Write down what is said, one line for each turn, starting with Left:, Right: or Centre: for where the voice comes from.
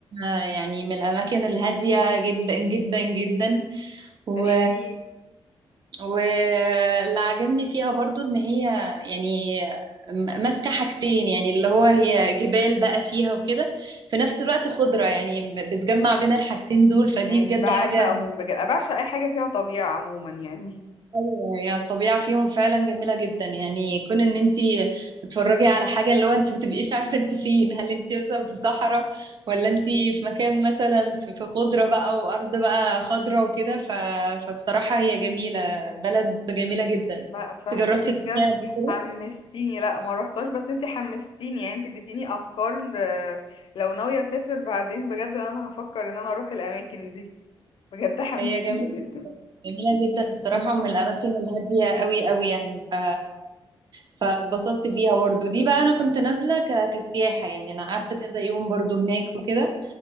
Right: آه، يعني من الاماكن الهادية جدا جدا جدا و...
Left: احكي
Right: واللي عجبني فيها برضو ان هي يعني م- ماسكة حاجتين يعني اللي هو هي جبال بقى فيها وكده في نفس الوقت خضرة يعني ب- بتجمع بين الحاجتين دول فدي
Left: يعني
Right: بجد
Left: بعشقهم
Right: حاجة
Left: بجد بعشق اي حاجة فيها طبيعة عموما يعني
Right: ايوه هي الطبيعه فيهم فعلا جميله جدا يعني كون ان انت تتفرجي على حاجه اللي هو انت ما بتبقيش عارفه انت فين هل انت مثلا في صحراء ولا انت في مكان مثلا في في خضره بقى وارض بقى خضره وكده ف... فبصراحه هي جميله بلد جميله جدا انت
Left: لا فهمكي
Right: جربتي
Left: بجد
Right: تروحيها قبل كده
Left: حمستيني لا ما روحتش بس انتي حمستيني يعني انتي اديتيني افكار ل... لو ناوية اسافر بعدين بجد انا هفكر ان انا اروح الاماكن دي بجد حمستيني
Right: هي جميله
Left: جدا
Right: جميله جدا الصراحه
Left: <laughs>
Right: من الاماكن الهاديه قوي قوي يعني ف فاتبسطت فيها برضو دي بقى انا كنت نازله ك... كسياحه يعني انا قعدت كذا يوم برضو هناك وكده